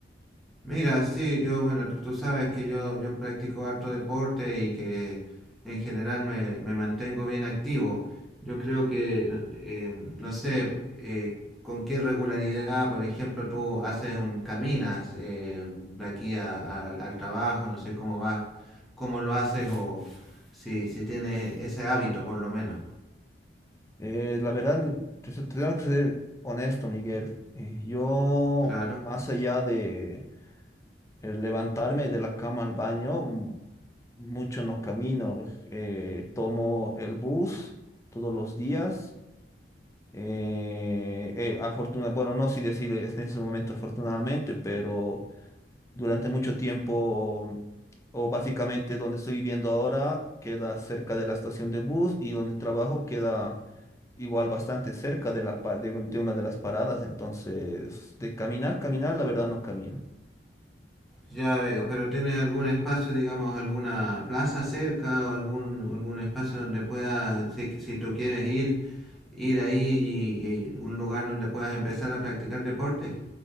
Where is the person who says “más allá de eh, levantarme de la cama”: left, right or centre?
Left